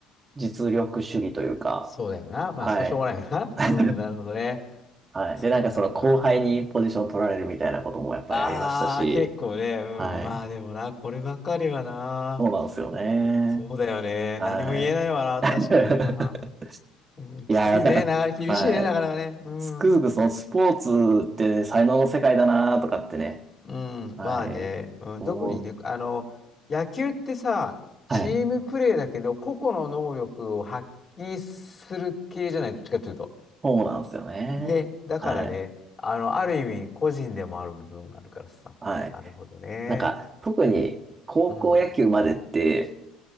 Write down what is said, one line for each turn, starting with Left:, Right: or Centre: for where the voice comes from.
Right: 実力主義というか、
Left: そうだよな。まあ、
Right: はい。
Left: そうしょうがないよな。<laughs>
Right: <laughs>
Left: うん、なるほどね。
Right: はい。
Left: そうだろうな。
Right: で、なんかその後輩にポジション取られるみたいなこともやっぱりありましたし、
Left: ああ、結構ね。うん。
Right: はい。
Left: まあでもな、こればっかりはな。
Right: そうなんですよね。
Left: そうだよね。
Right: はい。
Left: 何も言えないわな。
Right: <laughs>
Left: 確かにな。うん、きついね。
Right: いやー、なんか、
Left: なかなか厳しいね。
Right: はい。
Left: なかなかね。うん。
Right: つくづくそのスポーツって才能の世界だなとかってね、
Left: うん、
Right: はい、
Left: まあね、うん、
Right: 思う。
Left: 特にね、あの、野球ってさ、チームプレーだけど、
Right: はい。
Left: 個々の能力を発揮する系じゃない、どっちかというと。
Right: そうなんですよね。
Left: ね、だからね、
Right: はい。
Left: あの、ある意味、個人でもある部分があるからさ。
Right: はい。
Left: なるほどね。
Right: なんか、特に高校野球までって、
Left: うん。